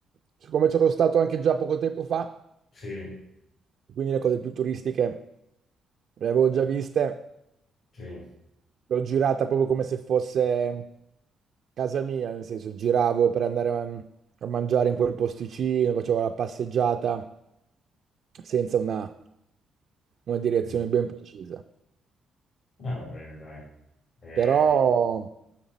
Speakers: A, on the right; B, on the left.
A: siccome c'ero stato anche già poco tempo fa,
B: Sì,
A: quindi le cose più turistiche le avevo già viste,
B: sì.
A: L'ho girata proprio come se fosse casa mia, nel senso giravo per andare a, a mangiare in quel posticino, facevo la passeggiata senza una, una direzione
B: sì.
A: ben precisa.
B: Ah, va bene, dai. Eh,
A: Però il